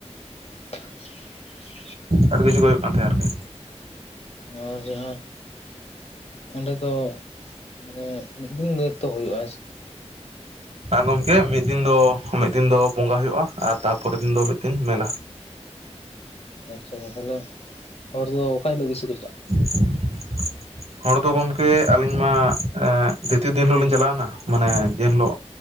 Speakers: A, on the left; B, on the right.
A: <inaudible>
B: ᱟᱹᱰᱤ ᱠᱤᱪᱷᱩ ᱜᱮ ᱦᱩᱭᱩᱜ ᱠᱟᱱ ᱛᱟᱸᱦᱮᱫ ᱟᱨᱠᱤ
A: ᱟᱨ ᱡᱟᱦᱟᱸ ᱚᱸᱰᱮ ᱫᱚ ᱢᱟᱱᱮ ᱢᱤᱫ ᱫᱤᱱ ᱜᱮ ᱛᱚᱳᱭᱳᱜᱼᱟ
B: ᱜᱚᱢᱠᱮ ᱢᱤᱫ ᱢᱤᱫ ᱫᱤᱱ ᱫᱚ ᱢᱤᱫ ᱫᱤᱱ ᱫᱚ ᱵᱚᱸᱜᱟ ᱦᱩᱭᱩᱜᱼᱟ ᱟᱨ ᱛᱟᱨᱯᱚᱨᱮᱨ ᱫᱤᱱ ᱫᱚ ᱢᱤᱫ ᱫᱤᱱ ᱢᱮᱞᱟ
A: ᱟᱪᱷᱟᱭᱟ ᱛᱟᱦᱚᱞᱮ ᱦᱚᱲ ᱫᱚ ᱚᱠᱟ ᱦᱤᱞᱚᱜ ᱵᱮᱥᱤ ᱠᱚ ᱪᱟᱞᱟᱜ?
B: <unintelligible> ᱦᱚᱲ ᱫᱚ ᱜᱚᱢᱠᱮ ᱟᱹᱞᱤᱧ ᱢᱟ ᱫᱤᱛᱤᱭᱚ ᱫᱤᱱ ᱦᱤᱞᱳᱜ ᱞᱤᱧ ᱪᱟᱞᱟᱣᱱᱟ ᱢᱟᱱᱮ ᱡᱮ ᱦᱤᱞᱚᱜ